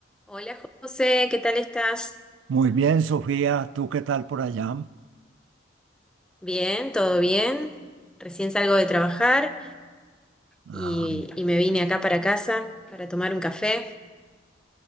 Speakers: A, in the centre; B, on the right.
A: Hola José, ¿qué tal estás?
B: Muy bien, Sofía, ¿tú qué tal por allá?
A: Bien, todo bien. Recién salgo de trabajar
B: Ah,
A: y, y me vine acá para casa para tomar un café.